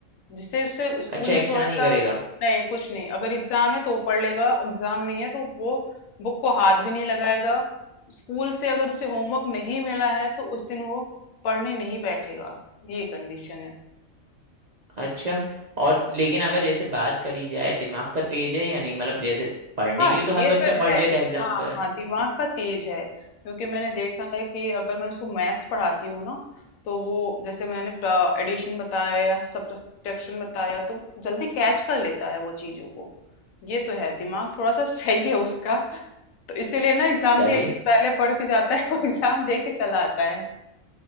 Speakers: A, on the left; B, on the right.
A: जिससे उससे स्कूल
B: अच्छा
A: में
B: एक्स्ट्रा
A: थोड़ा
B: नहीं
A: सा
B: करेगा
A: नहीं कुछ नहीं अगर एग्जाम है तो वो पढ़ लेगा एग्जाम नहीं है तो वो बुक को हाथ भी नहीं लगाएगा स्कूल से अगर उसे होमवर्क नहीं मिला है तो उस दिन वो पढ़ने नहीं बैठेगा ये कंडीशन है
B: अच्छा और लेकिन अगर जैसे बात करी जाए दिमाग का तेज है या नहीं मतलब जैसे पढ़ने
A: हाँ
B: के लिए तो
A: ये
B: हर बच्चा
A: तो है
B: पढ़ लेता है एग्जाम
A: हाँ
B: का
A: हाँ दिमाग का तेज है क्योंकि मैंने देखा है कि अगर मैं उसको मैथ्स पढ़ाती हूँ ना तो वो जैसे मैंने एडिशन बताया या सब्ट्रैक्शन बताया तो जल्दी कैच कर लेता है वो चीजों को ये तो है दिमाग थोड़ा सा <laughs> सही है उसका तो इसीलिए ना एग्जाम
B: चलिए
A: के एक दिन पहले पढ़ के जाता है <laughs> और एग्जाम दे के चला आता है